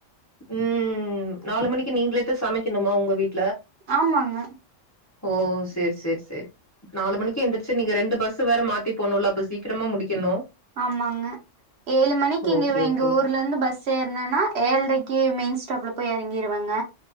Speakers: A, on the left; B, on the right.
A: உம் நாலு மணிக்கு நீங்களே தா சமைக்கணுமா உங்க வீட்
B: ஆமாங்க
A: ஓ சேர் சேர் சேர் நாலு மணிக்கு எந்திரிச்சு நீங்க ரெண்டு பஸ் வேற மாத்தி போனும்ல அப்ப சீக்கிரமா முடிக்கணு
B: ஆமாங்க ஏழு மணிக்கு
A: ஓகே
B: இங்க எங்க
A: ஓகே
B: ஊர்ல இருந்து பஸ் ஏர்னேன்னா ஏழ்ரைக் கே மெயின் ஸ்டாப்புல போய் எறங்கிருவங்க